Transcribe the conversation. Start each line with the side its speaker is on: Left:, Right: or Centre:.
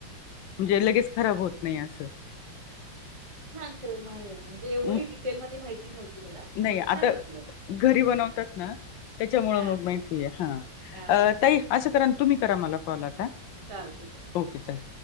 Left: म्हणजे लगेच खराब होत नाही असं.
Right: छान खरं आहे म्हणजे एवढी
Left: अं,
Right: डिटेल मध्ये माहिती नव्हती. मला
Left: नाही
Right: पण छान
Left: आता
Right: वाटलं
Left: घरी बनवतात ना. त्याच्यामुळे
Right: हा
Left: मग माहितीय हा
Right: हा
Left: अं
Right: हा हा
Left: ताई असं कराना. तुम्ही करा मला कॉल आता
Right: चालते चालते
Left: ओके चालेल.